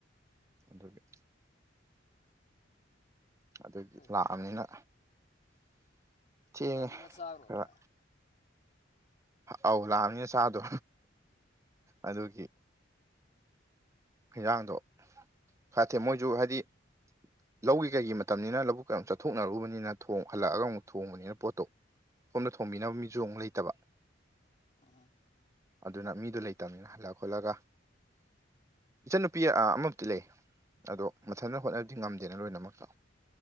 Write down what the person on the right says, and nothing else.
ꯑꯗꯨꯒꯤ ꯑꯗꯨꯒꯤ
ꯂꯥꯛꯑꯅꯤꯅ ꯊꯦꯡꯉꯦ
ꯈꯔ ꯑꯧ ꯂꯥꯛꯑꯅꯤꯅ ꯆꯥꯗꯣ ꯑꯗꯨꯒꯤ ꯍꯤꯟꯖꯥꯡꯗꯣ ꯈꯔ ꯊꯦꯡ ꯃꯣꯏꯖꯨ ꯍꯥꯏꯗꯤ ꯂꯧꯒꯤ ꯀꯩꯒꯤ ꯃꯇꯝꯅꯤꯅ ꯂꯕꯨꯛ ꯀꯌꯥꯝ ꯆꯠꯊꯣꯛꯅꯔꯨꯕꯅꯤꯅ ꯊꯣꯡ ꯍꯜꯂꯛꯑꯒ ꯑꯃꯨꯛ ꯊꯣꯡꯕꯅꯤꯅ ꯄꯣꯠꯇꯣ ꯁꯣꯝꯗ ꯊꯣꯡꯕꯤꯅꯕ ꯃꯤꯖꯨ ꯑꯃꯨꯛ ꯂꯩꯇꯕ
ꯑꯗꯨꯅ ꯃꯤꯗꯨ ꯂꯩꯇꯅꯤꯅ ꯍꯜꯂ ꯈꯣꯠꯂꯒ ꯏꯆꯟꯅꯨꯄꯤ ꯑ ꯑꯃꯕꯨꯗꯤ ꯂꯩ ꯑꯗꯣ ꯃꯊꯟꯇ ꯍꯣꯠꯅꯕꯗꯤ ꯉꯝꯗꯦꯅ ꯂꯣꯏꯅꯃꯛꯇꫭ